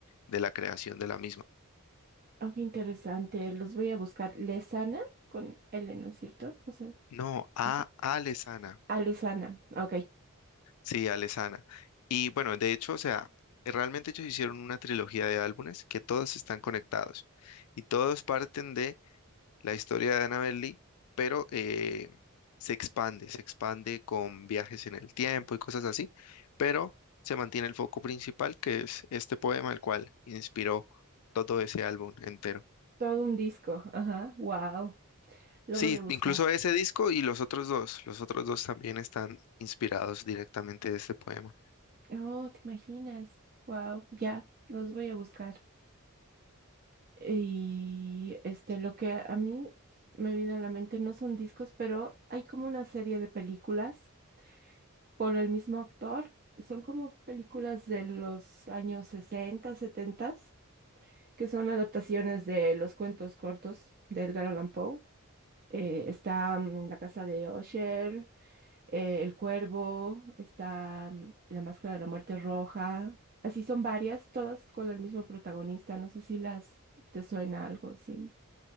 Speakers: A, on the left; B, on the right.
A: de la creación de la misma.
B: Ah, qué interesante. Los voy a buscar. Lesana con L, ¿no es cierto? O sea,
A: No, a
B: es-
A: Alesana,
B: ah, Lesana. Ok.
A: sí, Alesana. Y bueno, de hecho, o sea, realmente ellos hicieron una trilogía de álbumes que todos están conectados y todos parten de la historia de Annabel Lee, pero eh, se expande, se expande con viajes en el tiempo y cosas así, pero se mantiene el foco principal, que es este poema, el cual inspiró todo ese álbum entero.
B: Todo un disco. Ajá. Wow. Lo
A: Sí,
B: voy a buscar.
A: incluso ese disco y los otros dos, los otros dos también están inspirados directamente de este poema.
B: Oh, ¿te imaginas? Wow. Ya, los voy a buscar. Y este, lo que a mí me vino a la mente no son discos, pero hay como una serie de películas por el mismo actor. Son como películas de los años 60, 70 que son adaptaciones de los cuentos cortos de Edgar Allan Poe. Eh, está mm, La Casa de Usher, eh, El Cuervo, está mm, La Máscara de la Muerte Roja. Así son varias, todas con el mismo protagonista. No sé si las te suena algo, sí.